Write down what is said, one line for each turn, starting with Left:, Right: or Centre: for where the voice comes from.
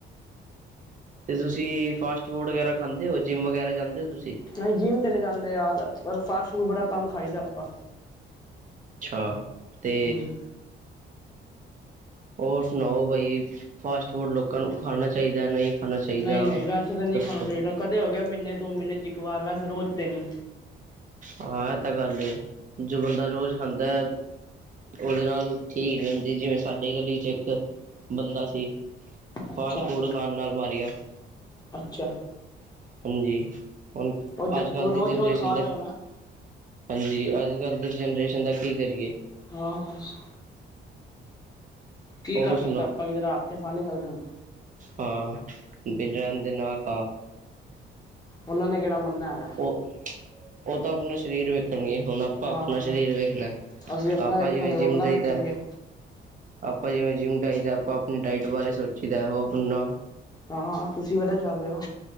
Right: ਤੇ ਤੁਸੀਂ ਫਾਸਟ ਫੂਡ ਵਗੈਰਾ ਖਾਂਦੇ ਹੋ ਜਿੰਮ ਵਗੈਰਾ ਜਾਂਦੇ ਹੋ ਤੁਸੀਂ।
Left: ਨਹੀਂ ਜਿੰਮ ਤੇ ਚਲੇ ਜਾਂਦੇ ਆਂ, ਪਰ ਫਾਸਟ ਫੂਡ ਬੜਾ ਕੰਮ ਖਾਈਦਾ ਆਪਾ।
Right: ਅੱਛਾ ਤੇ
Left: ਹਾਂਜੀ
Right: ਔਰ ਸੁਣਾਓ ਬਾਈ ਫਾਸਟ ਫੂਡ ਲੋਕਾਂ ਨੂੰ ਖਾਣਾ ਚਾਹੀਦਾ ਨਹੀਂ। ਖਾਣਾ ਚਾਹੀਦਾ
Left: ਨਹੀਂ - ਨਹੀਂ ਵੈਸੇ ਤਾਂ ਨਹੀਂ
Right: ਦੱਸੋ
Left: ਖਾਣਾ ਚਾਹੀਦਾ, ਕਦੇ ਹੋ ਗਿਆ ਮਹੀਨੇ ਦੋ ਮਹੀਨੇ ਚ ਇੱਕ ਵਾਰ ਵੈਸੇ ਰੋਜ਼ ਤੇ ਨੀ।
Right: ਆਂ ਇਹ ਤਾਂ ਗੱਲ ਏ ਜੋ ਬੰਦਾ ਰੋਜ਼ ਖਾਂਦਾ ਹੈ। ਉਹਦੇ ਨਾਲ ਠੀਕ ਰਦੀ ਜਿਵੇਂ ਸਾਡੇ ਗਲੀ ਚ ਇੱਕ ਬੰਦਾ ਸੀ।
Left: ਅੱਛਾ
Right: ਫਾਸਟ ਫੂਡ ਖਾਣ ਨਾਲ ਮਾਰੀਆਂ।
Left: ਅੱਛਾ।
Right: ਹਾਂਜੀ ਹੁਣ
Left: ਉਹ ਜ
Right: ਅੱਜ - ਕੱਲ
Left: ਉਹ
Right: ਦੀ
Left: ਰੋਜ਼
Right: ਜਨਰੇਸ਼ਨ
Left: ਰੋਜ਼ ਖਾ
Right: ਦਾ।
Left: ਰਿਹਾ ਹੋਣਾ
Right: ਹਾਂਜੀ ਅੱਜ - ਕੱਲ ਦੀ ਜਨਰੇਸ਼ਨ ਦਾ ਕੀ ਕਰੀਏ।
Left: ਹਾਂ ਬੱਸ। ਕੀ
Right: ਹੋਰ
Left: ਕਰ ਸਕਦਾ
Right: ਸੁਣਾ
Left: ਆਪ ਕਿਸ ਹੱਥ ਤੇ ਫੜ ਨਹੀਂ ਸਕਦੇ ਹੁਣ।
Right: ਹਾਂ ਬਿਨ ਰਹਿਣ ਦੇ ਨਾ ਖਾ।
Left: ਉਹਨਾਂ ਨੇ ਕਿਹੜਾ ਮੰਣਨਾ ਹੈਗਾ।
Right: ਔ ਤਾਂ ਆਪਣਾ ਸਰੀਰ ਵੇਖਣਗ ਹੁਣ। ਆਪਣਾ
Left: ਹਾਂ
Right: ਸਰੀਰ ਵੇਖਣਾ
Left: ਅਸੀਂ ਆਪਣਾ
Right: ਆਪਾਂ
Left: ਵੇਖਾਂਗੇ
Right: ਜਿਵੇਂ ਜਿੰਮ
Left: ਉਹ ਆਪਣਾ
Right: ਜਾਈਦਾ।
Left: ਵੇਖਣਗੇ
Right: ਆਪਾਂ ਜਿਵੇਂ ਜਿੰਮ ਜਾਈਦਾ ਆਪਾਂ ਆਪਣੀ ਡਾਇਟ ਬਾਰੇ ਸੋਚੀ ਦਾ ਉਹ ਆਪਣਾ।
Left: ਹਾਂ - ਹਾਂ ਤੁਸੀਂ ਵਧੀਆ ਚੱਲ ਰਹੇ ਹੋ।